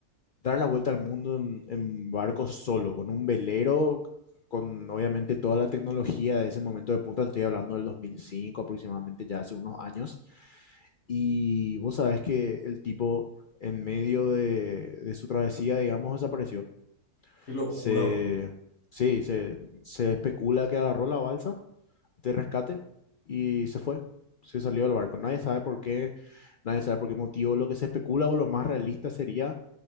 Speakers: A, on the left (about 60°); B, on the left (about 85°).
A: dar la vuelta al mundo en, en barco solo, con un velero, con obviamente toda la tecnología de ese momento de punta, te estoy hablando del 2005 aproximadamente, ya hace unos años. Y vos sabés que el tipo en medio de, de su travesía, digamos, desapareció.
B: Qué locura,
A: Se,
B: bro.
A: sí, se, se especula que agarró la balsa de rescate y se fue. Se salió del barco. Nadie sabe por qué, nadie sabe por qué motivo. Lo que se especula o lo más realista sería